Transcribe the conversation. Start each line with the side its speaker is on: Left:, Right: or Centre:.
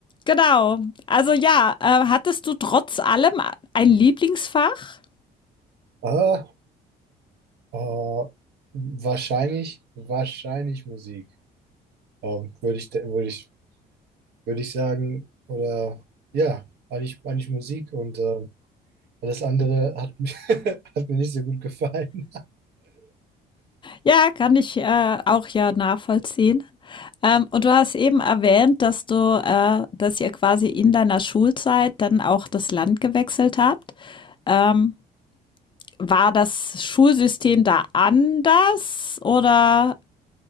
Left: genau. Also ja, äh, hattest du trotz allem ein Lieblingsfach?
Right: Ah. Äh, wahrscheinlich, wahrscheinlich Musik. Ähm, würde ich, würde ich, würde ich sagen, oder ja, eigentlich, eigentlich Musik und ähm, alles andere hat, <laughs> mir- hat mir nicht so gut gefallen.
Left: Ja, kann ich äh, auch ja nachvollziehen. Ähm, und du hast eben erwähnt, dass du, äh, dass ihr quasi in deiner Schulzeit dann auch das Land gewechselt habt. Ähm, war das Schulsystem da anders oder?